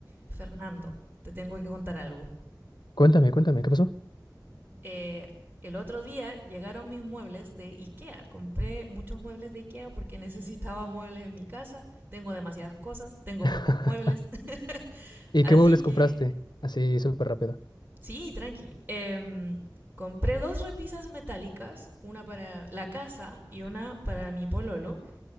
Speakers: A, on the right (about 25°); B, on the left (about 80°).
A: Fernando, te tengo que contar algo.
B: Cuéntame, cuéntame, ¿qué pasó?
A: Eh, el otro día llegaron mis muebles de IKEA. Compré muchos muebles de IKEA porque necesitaba muebles en mi casa. Tengo demasiadas cosas, tengo
B: <laughs>
A: pocos muebles. <laughs>
B: ¿Y
A: Así
B: qué muebles
A: que,
B: compraste? Así súper rápido.
A: sí, tranqui. Em, compré dos repisas metálicas, una para la casa y una para mi pololo.